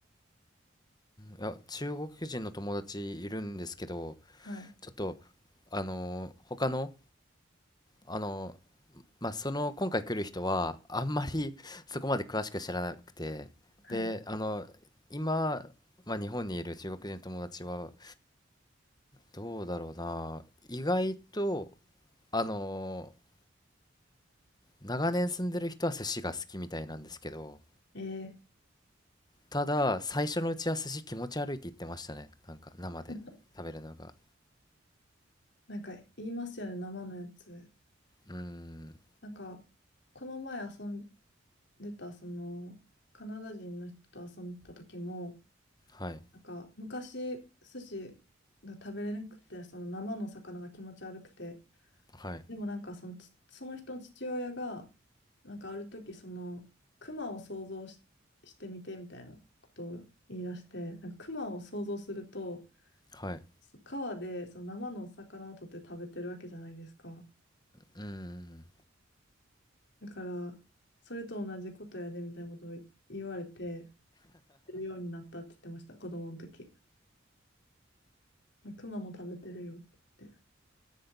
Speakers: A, on the left; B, on the left.
A: いや、中国人の友達いるんですけど、
B: はい、
A: ちょっと、あのー他の、あのーまあ、その、今回来る人は、あんまり <laughs> そこまで詳しく知らなくて、
B: はい。
A: で、あの、今、まあ、日本にいる中国人の友達は、どうだろうな、意外と、あのー長年住んでる人は寿司が好きみたいなんですけど、
B: えー、
A: ただ最初のうちは寿司気持ち悪いって言ってましたね。なんか生で食べるのが。
B: <laughs> なんか言いますよね、生のやつ。
A: うーん、
B: なんか、この前遊んでた、その、カナダ人の人と遊んでた時も、
A: はい、
B: なんか昔寿司が食べれなくてその生の魚が気持ち悪くて
A: はい、
B: でもなんかそのち、その人の父親がなんかある時そのクマを想像し、してみてみたいなことを言い出してなんかクマを想像すると
A: はい。
B: そ川でその生の魚を取って食べてるわけじゃないですか
A: うーん。
B: だからそれと同じことやでみたいなことを言われてやるようになったって言ってました子供の時クマも食べてるよって言って。